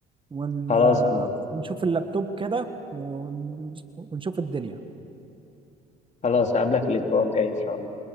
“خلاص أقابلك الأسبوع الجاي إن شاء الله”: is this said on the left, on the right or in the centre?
Left